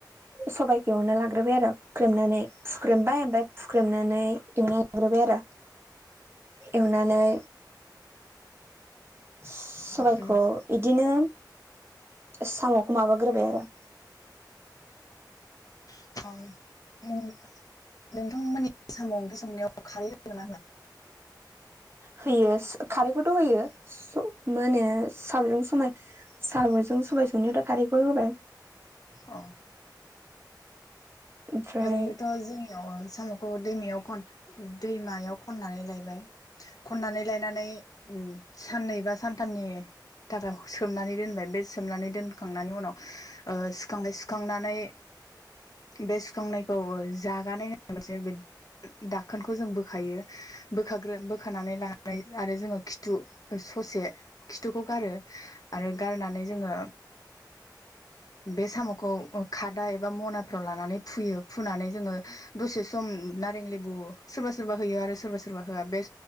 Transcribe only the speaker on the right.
सबायखौ एवना लाग्रोबाय आरो खुख्रेमनानै फुख्रेमबाय ओमफ्राय हुख्रेमनानै एवनानै लाग्रोबाय आरो एवनानै सबायखौ
बिदिनो साम'खौ माबाग्रोबाय आरो
होयो खारैखौथ' होयो मा होने सावलुं समाव साम'जों सबायजोंनिथ' खारैखौ होबाय
ओमफ्राय